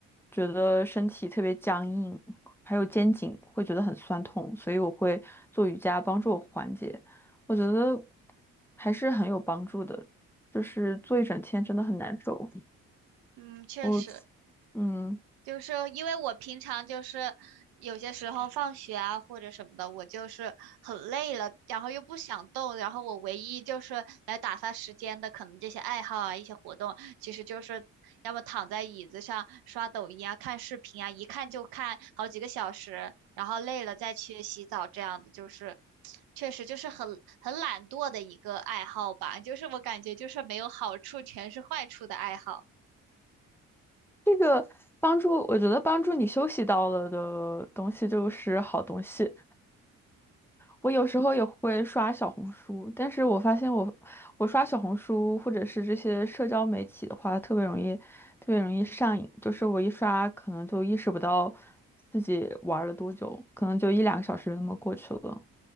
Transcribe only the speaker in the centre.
觉得身体特别僵硬，还有肩颈会觉得很酸痛，所以我会做瑜伽帮助我缓解。我觉得还是很有帮助的，就是坐一整天真的很难受。
我，嗯。
这个帮助，我觉得帮助你休息到了的东西就是好东西。我有时候也会刷小红书，但是我发现我我刷小红书或者是这些社交媒体的话，特别容易特别容易上瘾。就是我一刷，可能就意识不到自己玩了多久，可能就一两个小时就那么过去了。